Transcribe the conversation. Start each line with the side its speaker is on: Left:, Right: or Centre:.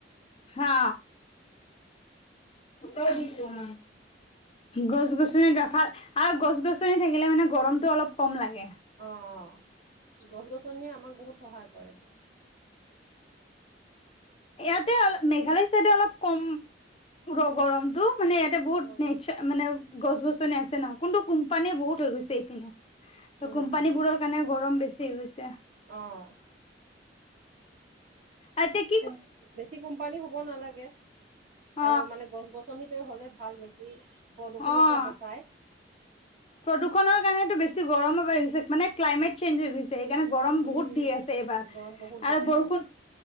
Left: হা। উত্তৰ দিছোঁ অ'। গছ-গছনিত ৰাখা, আৰু গছ-গছনি থাকিলে মানে গৰমটো অলপ কম লাগে।
Right: অ', অ' গছ-গছনিয়ে আমাক বহুত সহায় কৰেটো।
Left: এয়াতে অল, মেঘালয় চাইডে অলপ কম ৰ গৰমটো। মানে এয়াতে বহুত
Right: অ
Left: নেছা, মানে গছ-গছনি আছে ন। কোনটো কোম্পানী বহুত হৈ গৈছে এপিনে। ত'
Right: উম
Left: কোম্পানীবোৰৰ কাৰণে গৰম বেছি হৈ গৈছে।
Right: অ'।
Left: আ টিক
Right: কুম, বছি কুম পানী হ'ব নালাগে
Left: অ
Right: আৰু মানে গছ-গছনিত হ'লে ভাল বেছি। প্ৰদূষণ
Left: অ
Right: পৱা বচাই।
Left: প্ৰদূষণৰ কাৰণেতো বেছি গৰমো বাঢ়িছে, মানে ক্লাইমেট চেঞ্জ হৈ গৈছ ছে হেইকাৰণে গৰম
Right: উম
Left: বহুত দি আছে এইবাৰ,
Right: গৰম বহুত দিছে
Left: আৰু বৰষুণ
Right: অ